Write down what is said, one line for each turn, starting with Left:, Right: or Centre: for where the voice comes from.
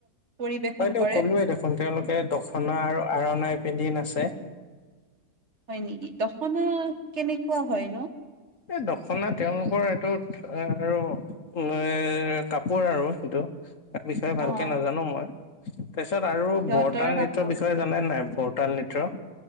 Right: পৰিৱেশন
Left: হয়টো
Right: কৰে
Left: ক'লোয়ে দেখোন তেওঁলোকে দখনা আৰু আৰনাই পিন্ধি নাচে।
Right: হয় নেকি দখনা কেনেকুৱা হয় ন।
Left: এই দখনা তেওঁলোকৰ এইটোত এ <inaudible> কাপোৰ আৰু সেইটো। তাৰ বিষয়ে ভালকে
Right: অ',
Left: নাজানো মই তাৰপিছত আৰু
Right: সিহঁতৰ
Left: বৰতাল
Right: কাপোৰ
Left: নৃত্যৰ বিষয়ে জা। না নাই বৰতাল নৃত্য।